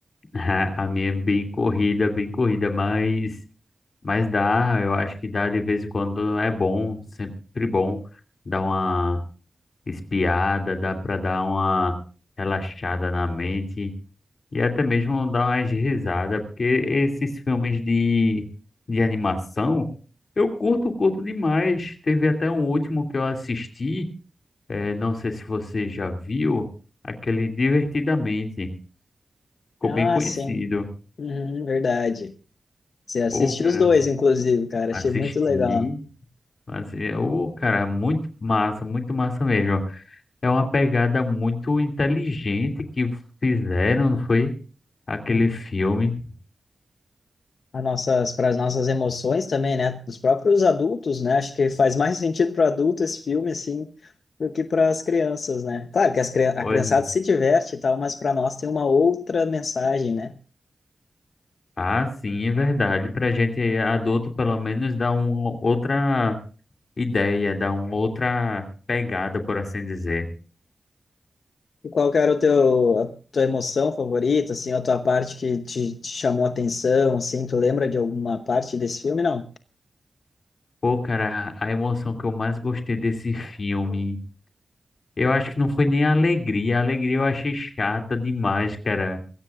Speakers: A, on the left; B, on the left.
A: <laughs> a minha é bem corrida, bem corrida, mas, mas dá, eu acho que dá de vez em quando é bom, sempre bom dar uma espiada, dá pra dar uma relaxada na mente. E até mesmo dar umas risadas, porque esses filmes de, de animação, eu curto, curto demais. Teve até um último que eu assisti, eh, não sei se você já viu, aquele Divertidamente, ficou
B: Ah,
A: bem conhecido.
B: sim. Uhum, verdade. Você assistiu
A: Pô, cara,
B: os dois, inclusive, cara.
A: assisti,
B: Achei muito legal.
A: mas o cara, muito massa, muito massa mesmo. É uma pegada muito inteligente que fizeram, não foi? Aquele
B: Uhum.
A: filme.
B: as nossas, para as nossas emoções também, né? Dos próprios adultos, né? Acho que faz mais sentido para adulto esse filme, assim, do que para as crianças, né? Claro que as, cri- a
A: Pois
B: criançada
A: é.
B: se diverte e tal, mas para nós tem uma outra mensagem, né?
A: Ah, sim, é verdade. Para a gente adulto, pelo menos, dá uma outra ideia, dá uma outra pegada, por assim dizer.
B: E qual que era o teu, a tua emoção favorita, assim, a tua parte que te, te chamou a atenção, assim? Tu lembra de alguma parte desse filme? Não.
A: Pô, cara, a emoção que eu mais gostei desse filme, eu acho que não foi nem a alegria. A alegria eu achei chata demais, cara.